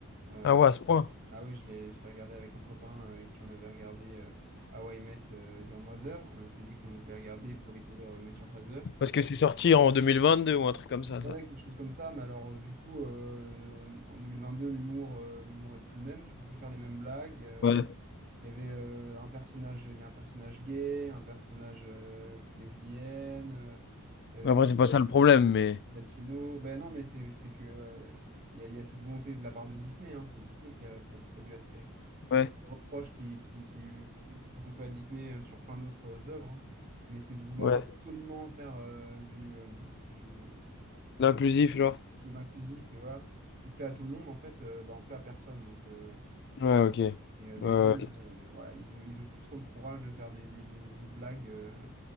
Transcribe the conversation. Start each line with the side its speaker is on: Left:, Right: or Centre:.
Right: Euh,
Left: Ah ouais, à ce point.
Right: ah oui, je l'ai, je l'ai regardé avec un copain euh, avec qui on avait regardé euh, How I Met euh, Your Mother, et on s'est dit qu'on voulait regarder pour découvrir How I Met Your Father.
Left: Parce que c'est sorti en 2022 ou un truc comme ça,
Right: Ouais,
Left: ça.
Right: quelque chose comme ça, mais alors euh, du coup, euh, en 2022, l'humour euh, l'humour est plus le même, tu peux plus faire les mêmes blagues. euh,
Left: Ouais.
Right: Il y avait euh, un personnage, il y a un personnage gay, un personnage euh, qui est lesbienne, euh, euh,
Left: Mais Après,
Right: une
Left: c'est pas ça le problème, mais.
Right: latino. Ben non, mais c'est c'est que euh, il y a, il y a cette volonté de la part de Disney. hein. C'est Disney qui a pro- produit la série. Et
Left: Ouais,
Right: c'est des reproches qui, qui, qui, qui- qui sont faits à Disney euh, sur plein d'autres euh, œuvres. hein. Mais c'est de vouloir
Left: ouais.
Right: absolument faire euh, du, euh, du euh, quelque
Left: L'inclusif, genre.
Right: chose d'inclusif et voilà, qui plaît à tout le monde, en fait, euh, ben, on plaît à personne. Donc, euh,
Left: Ouais, ok.
Right: et euh, les
Left: Euh,
Right: vannes, euh, voilà, ils ont, ils ont plus trop le courage de faire des, des, des, des blagues. euh,